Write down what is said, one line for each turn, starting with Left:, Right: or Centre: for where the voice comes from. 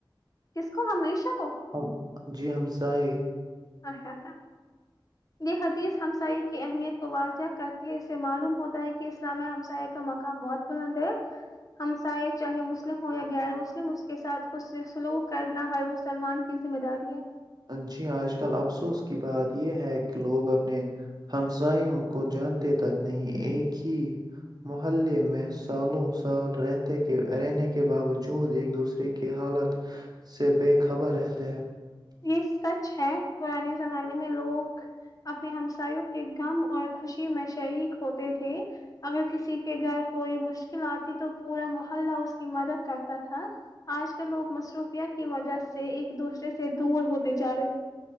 Left: کو ہمیشہ کو
Right: <inaudible> جی ہمسائے
Left: اچا یہ حدیث ہمسا کی اہمیت کو واضح کرتی ہے اس سے معلوم ہوتا ہے کہ اسلامیہ ہمسایہ کا مقام بہت بلند ہے ہمسایہ چاہے مسلم ہو یا غیر مسلم اس کے ساتھ سلوک کرنا ہر مسلمان کی ذمہ داری ہے
Right: جی آج کل افسوس کی بات یہ ہے کہ لوگ اپنے ہمساوں کو جان تک نہیں ایک ہی محلے میں سالوں سال رہتے رہنے کے باوجود ایک دوسرے کے حالات سے بے خبر رہتے ہیں
Left: یہ سچ ہے پرانے زمانے میں لوگ اپنے ہمسایوں کے غم اور خوشی میں شریک ہوتے تھے اگر کسی کے گھر کوئی مشکل آتی تو پورا محلہ اس کی مدد کرتا تھا آج کل لوگ مصروفیت کی وجہ سے ایک دوسرے سے دور ہوتے جا رہے